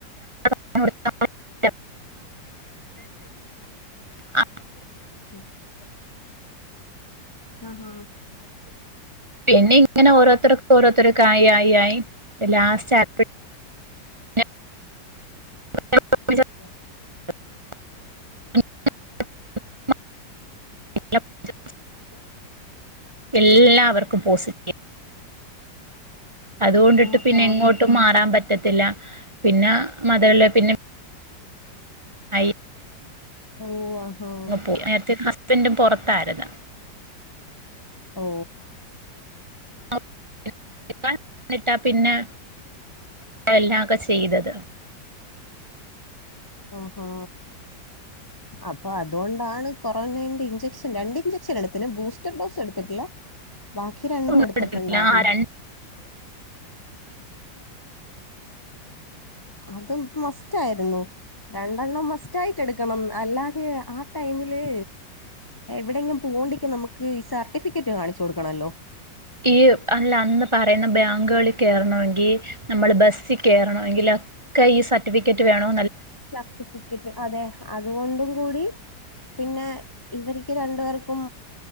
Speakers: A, on the right; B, on the left.
A: <unintelligible> ആ
B: ഉ ആഹാ.
A: പിന്നെ ഇങ്ങനെ ഓരോരുത്തർക്ക് ഓരോരുത്തർക്കായി ആയി ആയി ലാസ്റ്റ് <unintelligible> <unintelligible>
B: ഓ
A: <unintelligible> <unintelligible> എല്ലാവർക്കും പോസിറ്റീവ്. അതുകൊണ്ടിട്ട്
B: ആഹാ
A: പിന്നെ എങ്ങോട്ടും മാറാൻ പറ്റത്തില്ല പിന്നെ മതല്ല പിന്നെ അയ്
B: ഓ ആഹാ
A: അങ്ങ് പോയി നേരത്തെ ഹസ്ബൻറും പൊറത്തായിര്ന്ന്.
B: ഓ
A: <unintelligible> ട്ടാ പിന്നെ അല്ലാകെ ചെയ്തത്.
B: ആഹാ അപ്പൊ അതുകൊണ്ടാണ് കൊറോണന്റെ ഇഞ്ചക്ഷൻ രണ്ട് ഇഞ്ചക്ഷൻ എടുത്തിന് ബൂസ്റ്റർ ഡോസ് എടുത്തിട്ടില്ല, ബാക്കി രണ്ടും
A: ഒന്നും
B: എടുത്തിട്ടുണ്ടായിരുന്നു.
A: എടുത്തില്ല ആ രണ്ട്
B: അത് മസ്റ്റ് ആയിരുന്നു. രണ്ടെണ്ണം മസ്റ്റ് ആയിട്ട എടുക്കണം അല്ലാതെ ആ ടൈമില് എവിടെെങ്കിലും പോണ്ടിങ്കും നമുക്ക് ഈ സർട്ടിഫിക്കറ്റ് കാണിച്ചു കൊടുക്കണല്ലോ.
A: ഈ അല്ല അന്ന് പറയുന്ന ബാങ്കുകളിൽ കയറണമെങ്കിൽ നമ്മള് ബസ്സിൽ കയറണമെങ്കിൽ.... ഒക്കെ ഈ സർട്ടിഫിക്കറ്റ് വേണോ
B: സർട്ടിഫിക്കറ്റ് അതെ. അതുകൊണ്ടും കൂടി പിന്നെ ഇവർക്ക് രണ്ടുപേർക്കും